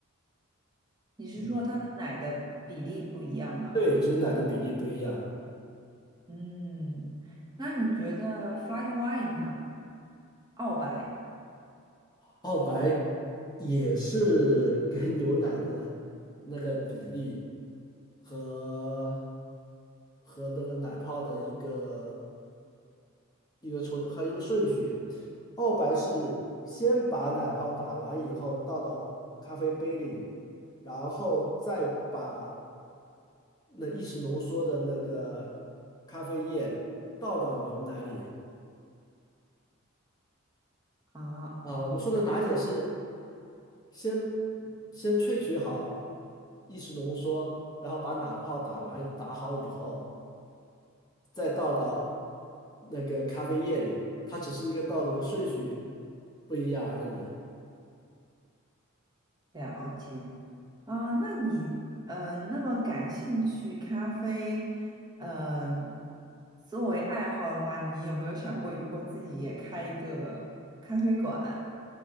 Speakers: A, on the right; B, on the left.
A: 你是说它的奶的比例不一样吗？
B: 嗯，对，只是奶的比例不一样。
A: 嗯，那你觉得 flat white 呢？澳白
B: 澳白也是跟 <laughs> 牛奶的那个比例和和那个奶泡的一个一个还有一个顺序。澳白是先把奶泡打完以后倒到咖啡杯里，然后再把那意式浓缩的那个咖啡液倒到牛奶里。
A: 啊啊，
B: 啊，我们说的拿铁是先先萃取好意式浓缩，然后把奶泡打完打好以后，再倒到那个咖啡液里，它只是一个倒的一个顺序不一样而已。
A: 了解啊。那你呃，那么感兴趣咖啡，嗯、作为爱好的话，你有没有想过以后自己也开一个咖啡馆，